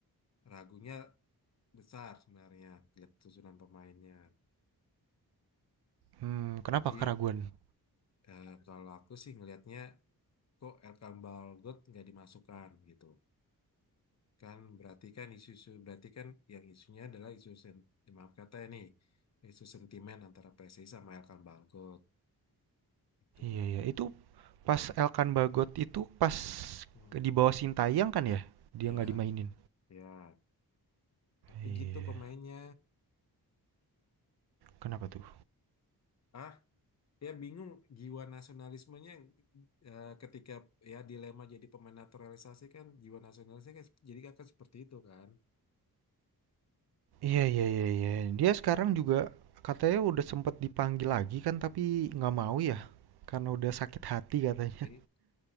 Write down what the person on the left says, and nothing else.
ragunya besar sebenarnya lihat susunan pemainnya.
Jadi
eh, kalau aku sih ngelihatnya kok Elkan Balgot nggak dimasukkan gitu. kan berarti kan isu-isu berarti kan yang isunya adalah isu sen, ya, maaf kata ya nih isu sentimen antara PSSI sama Elkan Bangkok itu
hmm,
ya
ya tapi
gitu pemainnya
ah ya bingung jiwa nasionalismenya eh, ketika ya dilema jadi pemain naturalisasi kan jiwa nasionalisnya kan sep- jadi akan seperti itu kan
hmm.
I-